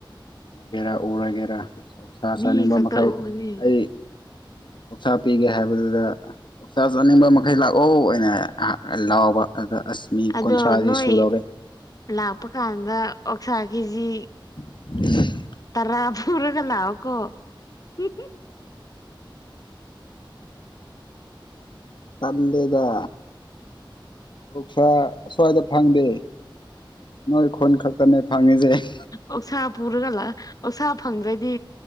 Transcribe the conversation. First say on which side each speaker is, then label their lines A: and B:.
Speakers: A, on the left; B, on the left.
A: ꯎꯒꯦꯔꯥ ꯎꯔꯣꯏꯒꯦꯔꯥ ꯑꯣꯛꯁꯥ
B: ꯃꯤ
A: ꯆꯥꯅꯤꯡꯕ
B: ꯈꯛꯇ
A: ꯃꯈꯩ
B: ꯎꯒꯅꯤ
A: ꯑꯩ ꯑꯣꯛꯁꯥ ꯄꯤꯒꯦ ꯍꯥꯏꯕꯗꯨꯗ ꯆꯥꯛ ꯆꯥꯅꯤꯡꯕ ꯃꯈꯩ ꯂꯥꯛꯑꯣ ꯍꯥꯏꯅ ꯂꯥꯎꯕ ꯑꯗ ꯑꯁ ꯃꯤ ꯀꯨꯟꯊ꯭ꯔꯥꯗꯤ
B: ꯑꯗꯣ ꯅꯣꯏ
A: ꯁꯨꯗꯧꯔꯦ
B: ꯂꯥꯛꯄ ꯀꯥꯟꯗ ꯑꯣꯛꯁꯥ ꯀꯦꯖꯤ
A: <inaudible>
B: ꯇꯔꯥ ꯐꯨꯔꯒ ꯂꯥꯑꯣꯀꯣ ꯫
A: ꯇꯜꯂꯦꯗ ꯑꯛꯁꯥ ꯑꯁ꯭ꯋꯥꯏꯗ ꯐꯪꯗꯦ ꯫ ꯅꯣꯏ ꯈꯨꯟ ꯈꯛꯇꯅꯦ ꯐꯪꯉꯤꯁꯦ ꯫
B: ꯑꯣꯁꯥ ꯄꯨꯔꯒ ꯂꯥꯛꯑꯣ ꯑꯣꯛꯁꯥ ꯐꯪꯗ꯭ꯔꯗꯤ